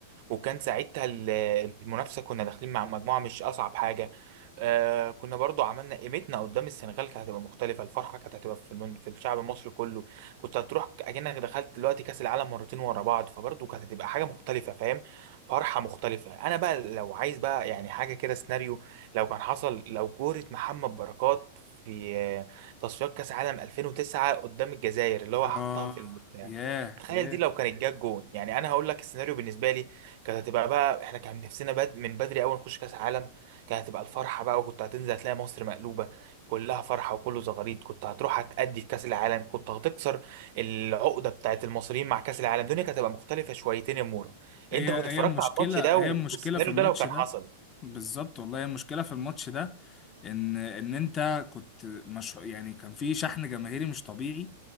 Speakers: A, on the right; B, on the left.
A: وكان ساعتها ال- المنافسه كنا داخلين مع مجموعه مش اصعب حاجه آه كنا برضو عملنا قيمتنا قدام السنغال كانت هتبقى مختلفه الفرحه كانت هتبقى في, المن... في الشعب المصري كله كنت هتروح اكنك دخلت دلوقتي كاس العالم مرتين ورا بعض فبرضو كانت هتبقى حاجه مختلفه فاهم فرحه مختلفه انا بقى لو عايز بقى يعني حاجه كده سيناريو لو كان حصل لو كوره محمد بركات في تصفيات كاس عالم 2009 قدام الجزائر اللي هو
B: اه
A: حطها في البتاع
B: ياه
A: تخيل
B: ياه
A: دي لو كانت جت جون يعني انا هقول لك السيناريو بالنسبه لي كانت هتبقى بقى احنا كان نفسنا بد من بدري اول نخش كاس عالم كانت هتبقى الفرحه بقى وكنت هتنزل هتلاقي مصر مقلوبه كلها فرحه وكله زغاريد كنت هتروح هتأدي في كاس العالم كنت هتكسر العقده بتاعت المصريين مع كاس العالم الدنيا كانت هتبقى مختلفه شويتين يا مورا انت
B: هي
A: كنت اتفرجت
B: هي المشكلة
A: على الماتش ده
B: هي
A: والسيناريو
B: المشكلة في الماتش
A: ده لو كان
B: ده
A: حصل
B: بالظبط والله هي المشكلة في الماتش ده ان ان انت كنت مش يعني كان في شحن جماهيري مش طبيعي